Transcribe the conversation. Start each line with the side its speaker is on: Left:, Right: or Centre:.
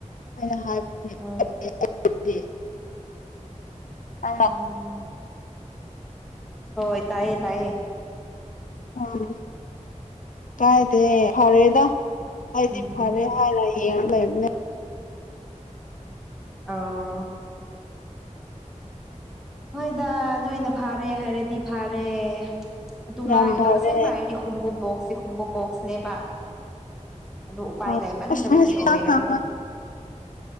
Left: ꯑꯩꯅ ꯍꯥꯏꯕ
Centre: ꯑꯧ
Left: <unintelligible> ꯑ
Centre: ꯎꯝ ꯍꯣꯏ ꯇꯥꯌꯦ ꯇꯥꯌꯦ
Left: ꯎꯝ ꯀꯥꯏꯗꯦ ꯐꯔꯦꯗ ꯑꯩꯗꯤ
Centre: ꯎꯝ
Left: ꯐꯔꯦ ꯍꯥꯏꯔ ꯌꯦꯡ ꯂꯩꯕꯅꯦ
Centre: ꯑꯣ ꯍꯣꯏꯗ ꯅꯣꯏꯅ ꯐꯥꯔꯦ ꯍꯥꯏꯔꯗꯤ ꯐꯥꯔꯦ ꯑꯗꯨ
Left: ꯌꯥꯝ
Centre: ꯃꯥꯒꯤꯗꯣ
Left: ꯐꯔꯦ
Centre: ꯑꯁꯦꯡꯕ ꯍꯥꯏꯔꯗꯤ ꯈꯣꯡꯎꯞ ꯕꯣꯛꯁꯁꯦ ꯈꯣꯡꯎꯞ ꯕꯣꯛꯁꯅꯦꯕ ꯑꯗꯨ ꯎꯄꯥꯏ
Left: ꯍꯣꯏ
Centre: ꯂꯩꯃꯟꯗꯕꯒꯤ
Left: ꯑꯁ ꯉꯁꯤ
Centre: ꯑꯣꯏꯔꯕꯅꯤ
Left: ꯆꯥꯛ ꯆꯥꯕ